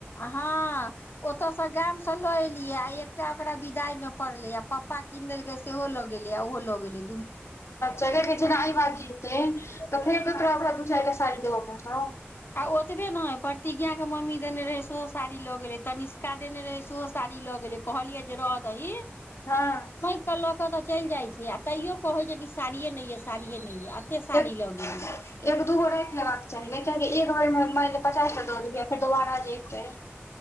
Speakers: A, on the left; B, on the left.
A: हँ ओतयसँ गाम से लऽ एलियै आ एकटा ओकरा विदाई मे पड़ले या पप्पा कीन देलकै सेहो लग गेले आा ओहो लऽ गेले
B: जेना एहि बाजि तऽ फेर फेरक तोरा ओकरा दू चारि टा साड़ी देब पड़तौ
A: आ ओतबे ने है प्रतिज्ञा के मम्मी देने रहै सो साड़ी लऽ गेलै तनिष्का देने रहै सेहो साड़ी लऽ गेलै कहलियै जे रह दी
B: हँ
A: तऽ लऽ कऽ तऽ चलि जाइत छै आ तैयो कहैत छै कि साड़ियए नहि अऽ साड़ियए नहि अऽ एते साड़ी
B: एक
A: लऽ गेलै
B: एक दूगो राखि लेबाक के चाही ने कआकि एक बेर मे मानि ले पचासटा दऽ देबियै फेरोदोबारा जें एते